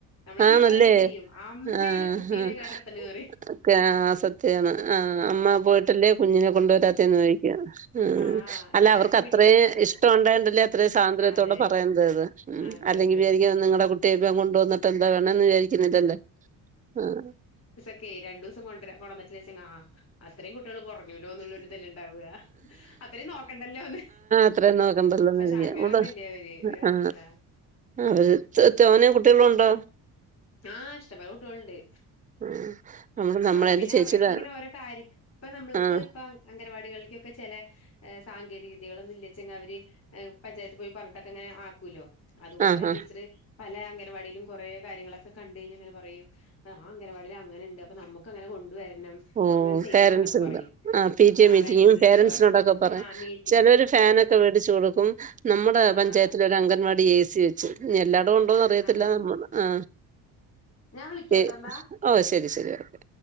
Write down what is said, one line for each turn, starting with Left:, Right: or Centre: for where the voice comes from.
Left: നമ്മളെ
Right: ആണല്ലേ
Left: ചീത്താ പറയൊക്കെ ചെയ്യും അമ്മേ
Right: ആഹ്
Left: ണ് കുട്ടീനെ
Right: ആഹ്
Left: കേട്ടർത്ത്ണ് പറയും
Right: ഒക്കെ അ സത്യാണ് ആന് അമ്മ പോയിട്ടല്ലേ കുഞ്ഞിനെ കൊണ്ട് വരാത്തെന്ന് ചൊയി ഉം
Left: ആഹ്
Right: അല്ല
Left: ഞാനിപ്പോ
Right: അവർക്ക് അത്രയും
Left: വീട്ടിക്ക് വരാറല്ലേ
Right: ഇഷ്ടം ഉണ്ടായിണ്ടില്ലേ അത്രയും സ്വാതന്ത്ര്യത്തോടെ
Left: അതെ
Right: പറയുന്നത് അത് ഉം
Left: അതെ
Right: അല്ലെങ്കി
Left: അതെ
Right: വിചാരി നിങ്ങടെ കുട്ടി <unintelligible> ബം കൊണ്ടുവന്നിട്ട് എന്താ വേണംന്ന് വിചാരിക്കുന്നതല്ലേ ആഹ്
Left: ക്കെ രണ്ടു ദിവസം കൊണ്ട ര കൊണ്ടട്ടില്ലച്ചങ്കി ആഹ് അത്രേയും കുട്ടികൾ കുറഞ്ഞൂല്ലോന്നുള്ളരു ഇതല്ലെ ണ്ടാവഅത്രയും നോക്കണ്ടല്ലോന്ന്
Right: അത്ര നോക്കാൻണ്ടല്ലെന്ന്
Left: പക്ഷെ
Right: കാർതി
Left: അങ്ങനൊന്നും
Right: യ ഉട
Left: ഇല്ല ഇവര് ഇവര്
Right: ആ
Left: നല്ലതാ
Right: ആ അവര് തേ
Left: അങ്ങനെ
Right: തോനെ കുട്ടികളുണ്ടോ
Left: ആഹ് ഇഷ്ടം പോലെ കുട്ടികൾ ഇണ്ടേ
Right: ആഹ് നമ്മള് നമ്മളെ
Left: ആ പിന്നെ
Right: എന്റെ ചേച്ചിടെ
Left: അവിടക് ഇങ്ങനെ ഓരോ കാര്യ ഇപ്പ നമ്മൾക്ക്
Right: ആഹ്
Left: ഇപ്പ അംഗനവാടികൾക്കൊക്കെ ചില സാങ്കേതിക വിദ്യകളൊന്നും ഇല്ലച്ചെങ്കൽ അവര് ഹെ പഞ്ചായത്ത് പോയി പറഞ്ഞിട്ടൊക്കെ അങ്ങനെ ആക്കൂല്ലോ അതുപോലെ
Right: ആഹ് ആഹ്
Left: ടീച്ചർ പല അംഗനവാടിയിലും കൊറേ കാര്യങ്ങളൊക്ക ക്കെ കണ്ടായിന്നാൽ ങ്ങന പറയും ആ അനവാടിൽ അങ്ങന ഉണ്ട് അപ്പൊ നമ്മുങ്ങനെ കൊ വരണം
Right: ഓ
Left: നമ്മക്കങ്ങനെ ചെയ്യണംന്നെക്കെ
Right: പേരൻറ്സിന്
Left: പറയും
Right: പി ടി എ
Left: ആ
Right: മീറ്റിങ്ങും
Left: വസിന്റെടുക്കെ
Right: പേരൻറ്സിനോടൊക്കെ
Left: പറയും
Right: പറയും
Left: ആ മി
Right: ചിലര് ഫാനൊക്കെ മേടിച്ചു കൊടുക്കും നമ്മുടെ പഞ്ചായത്തില
Left: ആഹ്
Right: ഒരു അംഗൻവാടി എ സി വ ച്ചു എല്ലാടും ഇണ്ടോന്ന് അറിയത്തില്ല
Left: അതെ
Right: നമ്മള് ആ
Left: ഞാൻ വിളിക്കാട്ടോ
Right: പെ
Left: എന്നാ
Right: ഓഹ് ശരി ശരി ഓക്കെ